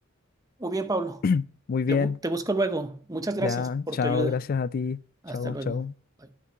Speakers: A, on the right; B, on the left.
A: Muy bien, Pablo.
B: <clears throat> Muy
A: Te,
B: bien.
A: bu- te busco luego. Muchas
B: Ya,
A: gracias por
B: chao,
A: tu ayuda.
B: gracias a ti.
A: Hasta
B: Chao,
A: luego.
B: chao.
A: Bye.